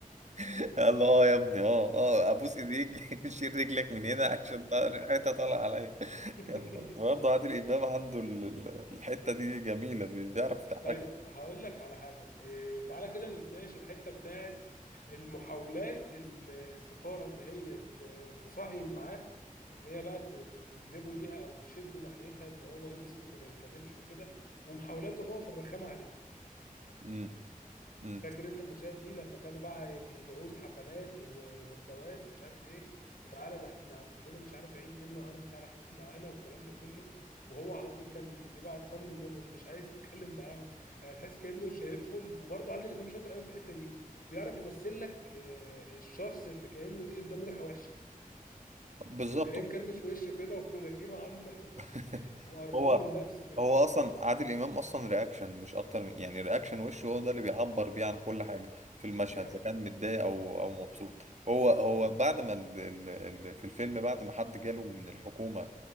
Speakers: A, on the right (about 55°); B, on the left (about 75°).
A: <laughs> قال له اه يا ابني اه اه ابوس ايديك <laughs> شيل رجلك من هنا عشان ط- ريحتها طالعه عليا <laughs>
B: <laughs>
A: كان برضه عادل امام عنده ال- ال- الحته دي جميله بي- بيعرف يضحكك
B: طيب هقول لك على حاجة إيه تعالى كده نتناقش الحتة بتاعت المحاولات ال- السفارة إن هي ت- تصهين معاه إن هي بقى ت- ت- تجذبه ليها أو تشده ناحيتها إن هو يسكت وما يتكلمش وكده ومحاولاته هو في الرخامة عليه
A: امم امم
B: فاكر انت المشاهد دي لما كانوا بقى بيدعوه لحفلات وندوات ومش عارف ايه وتعالى ده احنا عندنا مش عارف عيد ايه النهارده تعالى احتفل معانا والكلام ده كله وهو على طول كان بيبقى قرفان منهم مش عايز <laughs> يتكلم معاهم يعني تحس كأنه شايفهم وبرضه عادل امام شاطر قوي في الحتة دي بيعرف يمثل لك آه، الشخص اللي كأنه فيه قدامه ريحة وحشة
A: بالظبط
B: تلاقيه مكرمش وشه كده ومناخيره عاملة
A: <laughs>
B: وقرفان
A: هو
B: من نفسه كده
A: هو اصلا عادل امام اصلا رياكشن مش اكتر من يعني رياكشن وشه هو ده اللي بيعبر بيه عن كل حاجه في المشهد
B: دي حقيقة
A: اذا كان متضايق او او مبسوط هو هو
B: مم.
A: بعد ما ال ال ال في الفيلم بعد ما حد جاله من الحكومه